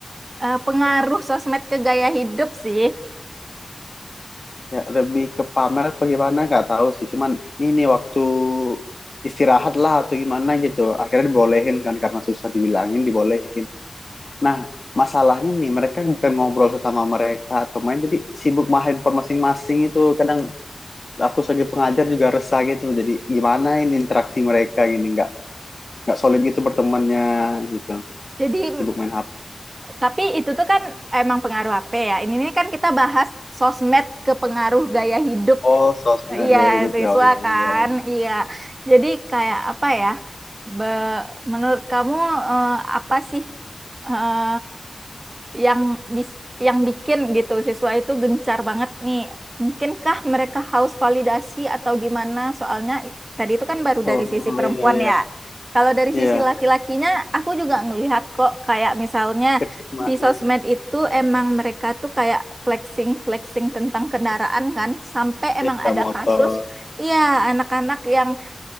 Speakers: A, on the right (about 35°); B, on the left (about 45°).
A: eh, pengaruh sosmed ke gaya hidup sih.
B: ya lebih ke pamer apa gimana nggak tahu sih. Cuman ini waktu istirahat lah atau gimana gitu. Akhirnya dibolehin kan karena susah dibilangin dibolehin. Nah masalahnya nih mereka bukan ngobrol sesama mereka atau main jadi sibuk main handphone masing-masing itu kadang aku sebagai pengajar juga resah gitu jadi gimana ini interaksi mereka gini nggak nggak solid gitu bertemannya gitu
A: Jadi
B: sibuk
A: mm,
B: main HP
A: tapi itu tuh kan emang pengaruh apa ya? Ini ini kan kita bahas sosmed ke pengaruh gaya hidup
B: oh sosmed
A: Iya,
B: gaya hidup
A: siswa
B: ya oh, iya,
A: kan.
B: iya.
A: Iya. Jadi kayak apa ya? Be- menurut kamu eh, apa sih eh, yang bis- yang bikin gitu siswa itu gencar banget nih? Mungkinkah mereka haus validasi atau gimana? Soalnya i- tadi itu kan baru dari
B: Oh,
A: sisi perempuan
B: iya iya.
A: ya. Kalau dari sisi
B: Iya,
A: laki-lakinya, aku juga ngelihat kok kayak misalnya
B: Krisma,
A: di sosmed
B: ya
A: itu emang mereka tuh kayak flexing flexing tentang kendaraan kan sampai emang
B: Iya,
A: ada
B: motor.
A: kasus iya anak-anak yang